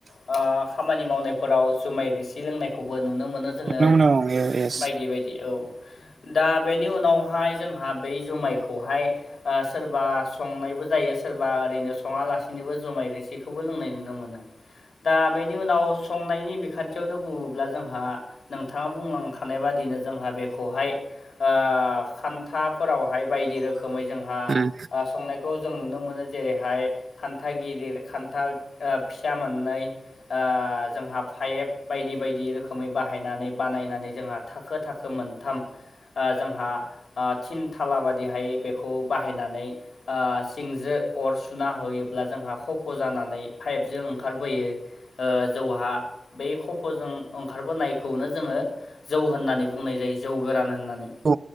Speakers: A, on the left (about 75°); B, on the right (about 65°).
A: आ खामानि मावनायफोराव जुमाय रोसि लोंनायखौबो नुनो मोनो। जोङो
B: नोंगौ नोंगौ ए एस
A: बायदि बायदि औ दा बेनि उनावहाय जोंहा बै जुमायखौहाय आ सोरबा संनायबो जायो सोरबा ओरैनो सङालासिनोबो जुमाय रोसिखौबो लोंनाय नुनो मोनो। दा बेनि उनाव संनायनि बिखान्थि बुङोब्ला जोंहा नोंथाङा बुंलांखानाय बादिनो जोंहा बेखौहाय आ खान्थाफोरावहाय बायदि रोखोमै जोंहा
B: उम
A: आ संनाय खौ जों नुनो मोनो जेरैहाय खान्था‌ गिदिर खान्था ओ फिसा मोननै ओ जोंहा फाइफ बायदि बायदि रोखोमै बाहायनानै बानायनानै जोंहा थाखो थाखो मोनथाम आ जोंहा आ थिन थाला बादिहाय बेखौ बाहायनानै आ सिंजों अर सुना होयोब्ला जोंहा खफ' जानानै पाइपजों ओंखारबोयो। ओ जौहा बै खफ खफ' जों ओंखारबोनायखौनो जोङो जौ होननानै बुंनाय जायो जौ गोरान होननानै।
B: औ